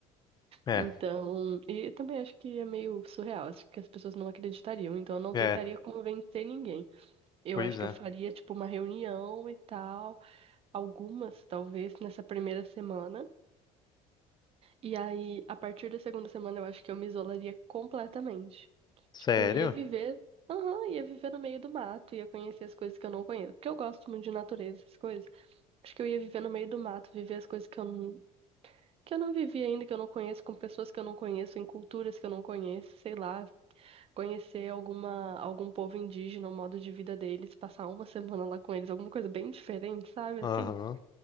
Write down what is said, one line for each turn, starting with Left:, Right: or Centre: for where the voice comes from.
Left: É,
Right: Então, e também acho que é meio surreal, acho que as pessoas não acreditariam, então eu não
Left: é,
Right: tentaria convencer ninguém. Eu
Left: pois
Right: acho que
Left: é.
Right: eu faria, tipo, uma reunião e tal. algumas, talvez, nessa primeira semana. E aí, a partir da segunda semana, eu acho que eu me isolaria completamente.
Left: Sério?
Right: Tipo, ia viver, aham, ia viver no meio do mato, ia conhecer as coisas que eu não conheço. Porque eu gosto muito de natureza, essas coisas. Acho que eu ia viver no meio do mato, viver as coisas que eu não, que eu não vivi ainda, que eu não conheço, com pessoas que eu não conheço, em culturas que eu não conheço, sei lá, conhecer alguma, algum povo indígena, o modo de vida deles, passar uma <laughs> semana lá com eles, alguma coisa bem diferente, sabe,
Left: Aham.
Right: assim?